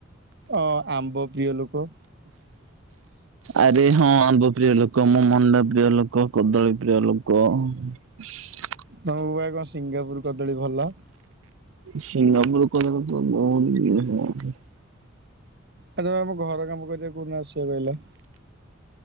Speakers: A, on the right (about 55°); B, on the right (about 80°).
A: ଅ ଆମ୍ବ ପ୍ରିୟ ଲୋକ।
B: ଆରେ ହଁ ଆମ୍ବ ପ୍ରିୟ ଲୋକ ମୁଁ ମଣ୍ଡା ପ୍ରିୟ ଲୋକ କଦଳୀ ପ୍ରିୟ ଲୋକ। ହ
A: ତମକୁ ପା କଣ ସିଙ୍ଗାପୁର କଦଳୀ ଭଲ।
B: ସିଙ୍ଗାପୁର କଦଳୀ ମତେ <unintelligible>
A: ଆ ତମେ ଆମ ଘର କାମ କରିବାକୁ କଉକୋଉ ଆସିବ କହିଲ।